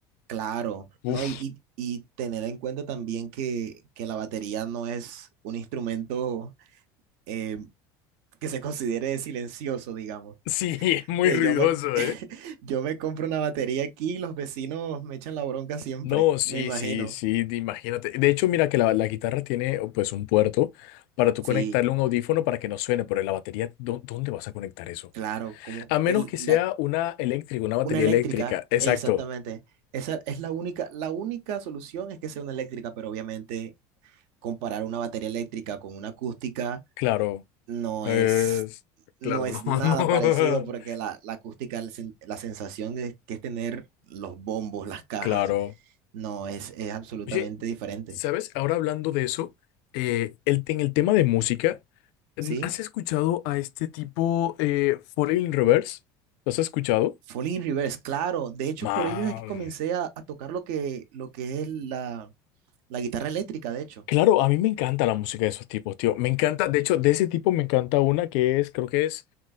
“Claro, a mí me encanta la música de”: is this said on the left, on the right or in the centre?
Left